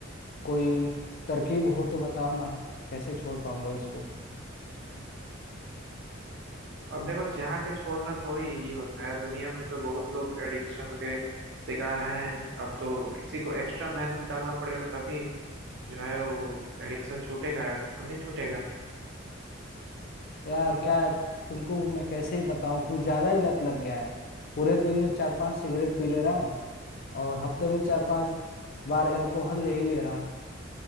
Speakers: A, on the left; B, on the right.
A: कोई तरकीब हो तो बताओ ना कैसे छोड़ पाऊंगा इसको
B: अब देखो चाह के छोड़ना थोड़ी इजी होता है दुनिया में तो बहुत लोग एडिक्शन के शिकार हैं अब तो किसी को एक्स्ट्रा मेहनत डालना पड़ेगा तभी जो है वो एडिक्शन छूटेगा ऐसा तो नहीं छूटेगा
A: यार क्या है तुमको मैं कैसे ही बताऊँ कुछ ज्यादा ही लत लग गया है पूरे दिन में चार पांच सिगरेट पी ले रहा हूँ और हफ्ते में चार पांच बार अल्कोहल ले ही ले रहा हूँ